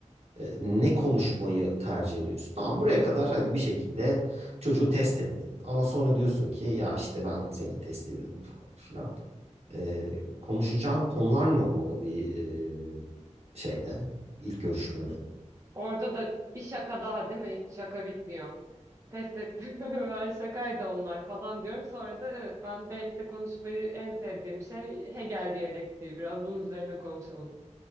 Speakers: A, on the right; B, on the right.
A: e, ne konuşmayı tercih ediyorsun? Tamam buraya kadar hadi bir şekilde çocuğu test ettin. Ama sonra diyorsun ki ya işte ben seni test ediyorum falan filan. E, konuşacağın konular ne olmalı bir e, şeyde ilk görüşmede?
B: Orada da bir şaka daha değil mi? Hiç şaka bitmiyor. Test ettim. <laughs> Ben şakaydı onlar falan diyorum. Sonra da evet ben date'te konuşmayı en sevdiğim şey Hegel diyalektiği. Biraz bunun üzerine konuşalım